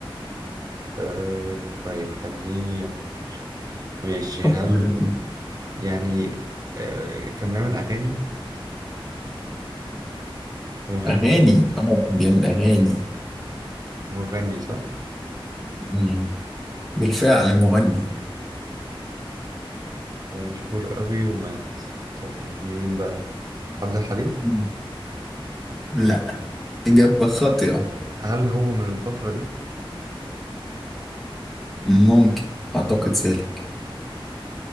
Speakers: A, on the right; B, in the centre.
A: آه طيب خليني أفكر ماشي
B: فكر.
A: هل يعني آه كان بيعمل أغاني مغني
B: أغاني
A: يعني
B: آه كان بيعمل أغاني
A: مغني صح
B: مم. بالفعل مغني
A: ومشهور قوي ومات طيب مين بقى عبد الحليم
B: مم. لا إجابة خاطئة
A: هل هو من الفترة دي
B: ممكن اعتقد سالك